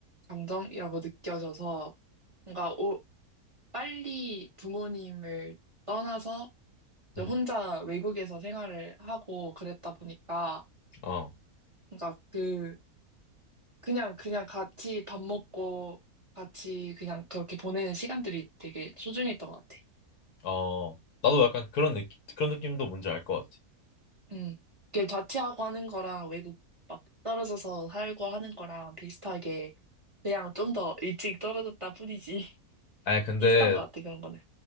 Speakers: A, on the right; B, on the left.
A: 감정이라고 느껴져서 뭔가 오- 빨리 부모님을 떠나서 이제
B: 음,
A: 혼자 외국에서 생활을 하고 그랬다 보니까
B: 어,
A: 그러니까 그 그냥 그냥 같이 밥 먹고 같이 그냥 그렇게 보내는 시간들이 되게 소중했던 것 같아.
B: 어. 나도 약간 그런 느낌 그런 느낌도 뭔지 알 것 같아.
A: 음. 그게 자취하고 하는 거랑 외국 막 떨어져서 살고 하는 거랑 비슷하게 그냥 좀 더 일찍 떨어졌다 뿐이지 <laughs>
B: 아니 근데
A: 비슷한 것 같아 그런 거는.